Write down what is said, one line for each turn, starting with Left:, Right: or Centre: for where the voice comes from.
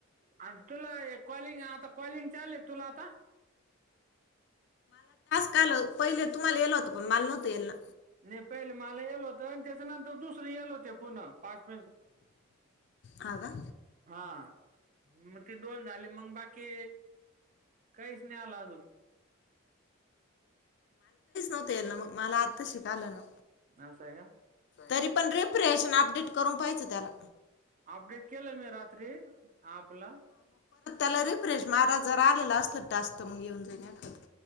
Right: आर तुला एक कॉलिंग, आता कॉलिंग चाल्लेत तुला आता?
Left: हॅलो पहिले तुम्हाला येल होतं पण मला नव्हंत येल ना
Right: नाही पहिले मला येत होत आणि त्याच्यानंतर दुसरल येल होत पुन पाच
Left: हा का
Right: हा मग ते दोन झाले मंग बाकी काहीच नाही आला अजून
Left: होतय ना मग मला आत्ताशी कळाल ना!
Right: ह सया
Left: तरी पण रिपरेश अन् अपडेट करून पाहियचं त्याला
Right: अपडेट केलं मी रात्री आपला
Left: अपला रिफ्रेश मारा जरा आलेलं असतं टास्क तुम्हा घेऊन जा नाही खात?